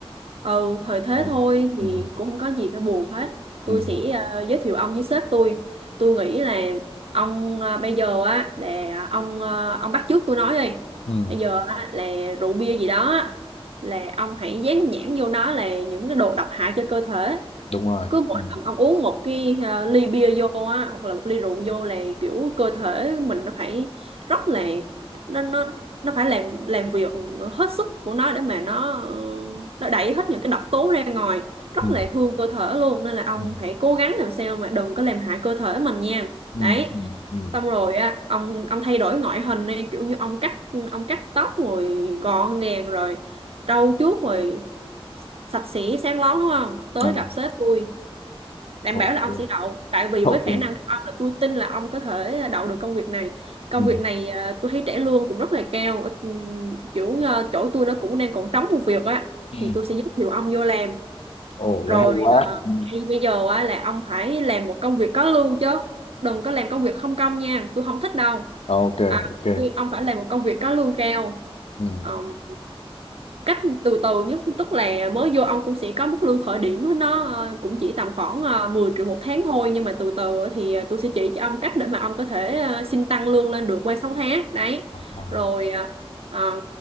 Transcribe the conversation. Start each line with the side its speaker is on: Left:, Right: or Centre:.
Right: ừ thời thế
Left: ừ.
Right: thôi thì
Left: ừ.
Right: cũng không có gì phải buồn hết. Tôi
Left: Ừ.
Right: sẽ à, giới thiệu ông với sếp tôi. Tôi nghĩ là ông à, bây giờ á là ông à, ông bắt chước tôi nói đi.
Left: Ừ.
Right: Bây giờ á là rượu bia gì đó là ông hãy dán nhãn vô nó là những cái đồ độc hại cho cơ thể
Left: đúng rồi
Right: cứ mỗi
Left: ừ.
Right: lần ông uống một cái à, ly bia vô á hoặc là một ly rượu vô là kiểu cơ thể mình nó phải rất là nó nó nó phải làm làm việc hết sức của nó để mà nó ờ, nó đẩy hết những cái độc tố ra ngoài rất
Left: Ừ.
Right: là thương cơ thể luôn nên là ông
Left: Ừ.
Right: phải cố gắng làm sao mà đừng có làm hại cơ thể mình nha
Left: Ừ.
Right: đấy
Left: Ừ. Ừ.
Right: xong rồi á ông ông thay đổi ngoại hình đi kiểu như ông cắt ông cắt tóc rồi gọn gàng rồi trau chuốt rồi sạch sẽ sáng lón đúng không tới
Left: Ừ.
Right: gặp sếp tôi đảm
Left: ok
Right: bảo là ông sẽ đậu tại vì
Left: ok
Right: với khả năng của ông là tôi tin là ông có thể đậu được công việc này công
Left: ừ.
Right: việc này à, tôi thấy trả lương cũng rất là cao Ờ, Ừm, kiểu à, chỗ tôi nó cũng đang còn trống một việc á
Left: Ừ.
Right: thì tôi sẽ giới thiệu ông vô làm
Left: ồ
Right: rồi
Left: vậy hay quá
Right: à,
Left: ừ.
Right: thì bây giờ á, là ông phải làm một công việc có lương chứ đừng có làm công việc không công nha tôi không thích đâu
Left: ok
Right: à,
Left: ok
Right: tôi- ông phải làm một công việc có lương cao
Left: ừ.
Right: Ờm, cách từ từ nhất tức là mới vô ông cũng sẽ có mức lương khởi điểm nó ờ, cũng chỉ tầm khoảng ờ, 10 triệu một tháng thôi nhưng mà từ từ thì ờ, tôi sẽ chỉ cho ông cách để mà ông có thể ờ, xin tăng lương lên được qua 6 tháng đấy
Left: à,
Right: rồi ờ, ờ,